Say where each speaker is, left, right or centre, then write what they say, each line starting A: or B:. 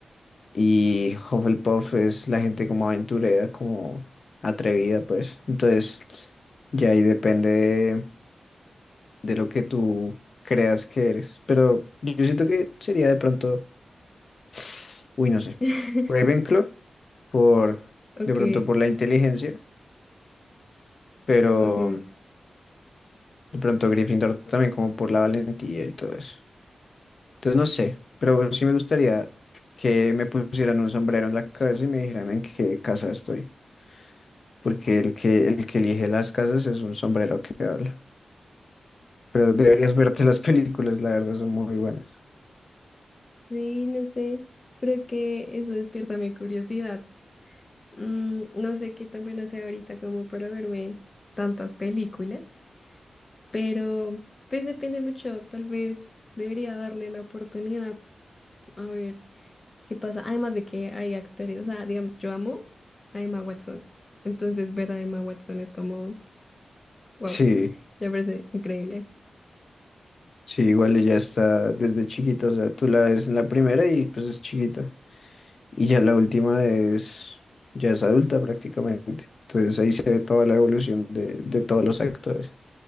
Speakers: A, on the left; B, on the left.
A: Y Hufflepuff es la gente como aventurera, como atrevida, pues. Entonces, ya ahí depende de, de lo que tú creas que eres. Pero yo siento que sería de pronto, <sighs> uy, no sé,
B: <laughs>
A: Ravenclaw, por,
B: Ok.
A: de pronto por la inteligencia, pero
B: Ok,
A: de pronto Gryffindor también como por la valentía y todo eso. Entonces, no sé, pero sí me gustaría que me pusieran un sombrero en la cabeza y me dijeran en qué casa estoy. porque el que, el que elige las casas es un sombrero que habla. Pero deberías verte las <laughs> películas, la verdad, son muy buenas.
B: sí, no sé, creo que eso despierta mi curiosidad. Mm, no sé qué tan buena sea ahorita como para verme tantas películas, pero pues depende mucho, tal vez debería darle la oportunidad a ver qué pasa. Además de que hay actores, o sea, digamos, yo amo a Emma Watson, entonces ver a Emma Watson es como, wow,
A: Sí,
B: me parece increíble.
A: sí, igual ella está desde chiquita, o sea, tú la ves en la primera y pues es chiquita. Y ya la última es, ya es adulta prácticamente. Entonces ahí se ve toda la evolución de, de todos los actores.